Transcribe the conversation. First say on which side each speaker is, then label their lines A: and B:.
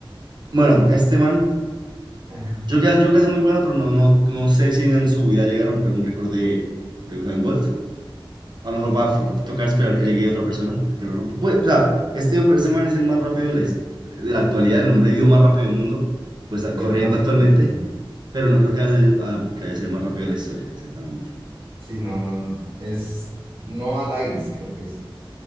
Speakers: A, on the right; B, on the right.
A: Bueno, este man,
B: <laughs>
A: yo creo, yo creo que es muy bueno, pero no, no, no sé si en su vida llega a romper un récord de, de Usain Bolt. A lo mejor va a f-
B: Sí,
A: tocar esperar que llegue otra persona que lo rompa. Pues, o sea, este, este man es el más rápido de la, his- de la actualidad, el hombre vivo más rápido del mundo, pues ah,
B: pero
A: corriendo
B: no así
A: actualmente.
B: es la historia.
A: pero no creo que vaya, a, a- que vaya a ser el más rápido de la historia, exactamente.
B: Sí, no, no. Es Noah Lyles, creo que es.